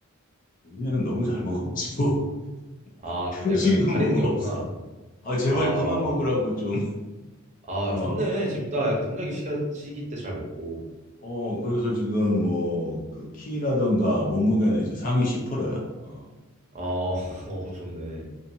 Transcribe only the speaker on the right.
아,
약간 가리는
게 없구나.
아,
아,
좋네. 지금 딱 약간 성장기 시가, 시기 때 잘 먹고.
어, <laughs> 어, 좋네.